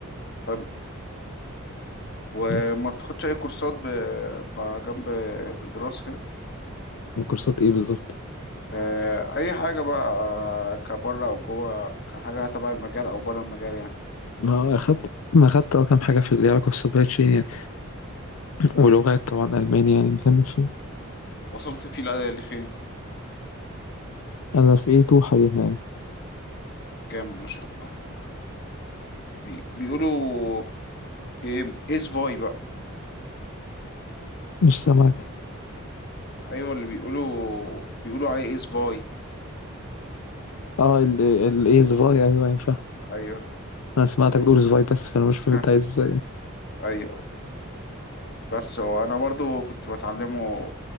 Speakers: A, on the left; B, on the left.
A: حلو وما
B: بس
A: بتاخدش اي كورسات ب... ب- جنب الدراسة كده
B: كورسات ايه بالظبط
A: آه، اي حاجة بقى كبره او جوه كحاجة تبع المجال او بره المجال يعني
B: ما اخدت ما اخدت اه كام حاجة في اللي علاقة بالسبلاي تشين يعني. ولغات طبعا ألماني يعني مكمل فيه
A: وصلت فيه لأ- لفين
B: أنا في A2 حاليا يعني
A: جامد ما شاء الله بي... بيقولوا ايه ايس فاي بقى
B: مش سامعك
A: ايوه اللي بيقولوا بيقولوا عليه ايس فاي
B: اه ال ال ايه زفاي ايوه ينفع
A: ايوه
B: انا سمعتك بتقول زفاي بس فانا
A: <laughs>
B: مش فاهم انت عايز زفاي
A: ايوه بس هو انا برضو كنت بتعلمه